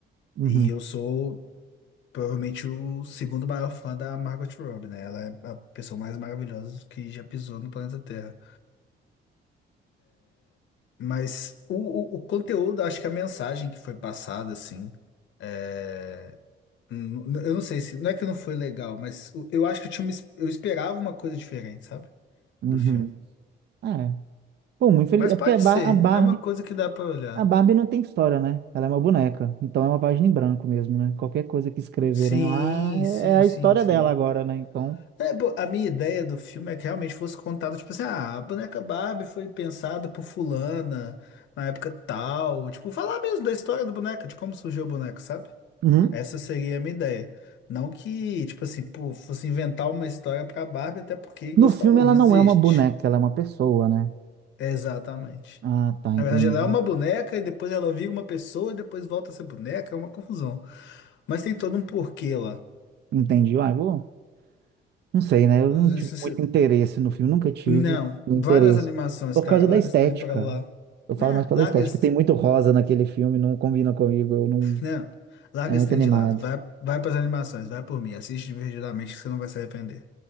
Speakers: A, on the right; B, on the left.
A: Uhum,
B: E eu sou provavelmente o segundo maior fã da Margot Robbie, né? Ela é a pessoa mais maravilhosa que já pisou no planeta Terra. Mas o, o, o conteúdo, acho que a mensagem que foi passada, assim. é, Hum, Eu não sei se. Não é que não foi legal, mas o- eu acho que eu tinha uma es- eu esperava uma coisa diferente, sabe?
A: uhum.
B: Do filme.
A: É. Pô, muito feliz.
B: Mas
A: É
B: pode
A: porque a Bar-
B: ser,
A: a Barbie,
B: é uma coisa que dá pra olhar.
A: A Barbie não tem história, né? Ela é uma boneca. Então é uma página em branco mesmo, né? Qualquer coisa que escreverem
B: Sim,
A: lá é
B: sim,
A: é a
B: sim,
A: história
B: sim.
A: dela agora, né? Então.
B: É, pô, a minha ideia do filme é que realmente fosse contado, tipo assim, ah, a boneca Barbie foi pensada por fulana na época tal. Tipo, falar mesmo da história da boneca, de como surgiu a boneca, sabe?
A: Uhum.
B: Essa seria a minha ideia. Não que, tipo assim, pô, fosse inventar uma história pra Barbie, até porque, igual
A: No
B: você
A: filme
B: falou,
A: ela
B: não existe.
A: não é uma boneca, ela é uma pessoa, né?
B: Exatamente.
A: Ah, tá,
B: Na
A: entendi.
B: verdade, ela é uma boneca e depois ela vira uma pessoa e depois volta a ser boneca, é uma confusão. Mas tem todo um porquê lá.
A: Entendi. Ah, eu vou. Não sei, né? Eu
B: Às
A: não tive
B: vezes você...
A: muito interesse no filme, nunca tive
B: Não,
A: interesse.
B: vai nas animações,
A: Por
B: cara,
A: causa da
B: larga
A: estética.
B: esse trem pra lá.
A: Eu falo
B: Né,
A: mais pela
B: larga
A: estética.
B: esse...
A: Tem muito rosa naquele filme, não combina comigo, eu não.
B: Não, larga
A: É muito
B: esse trem
A: animado.
B: de lado, vai, vai pras animações, vai por mim, assiste divertidamente que você não vai se arrepender.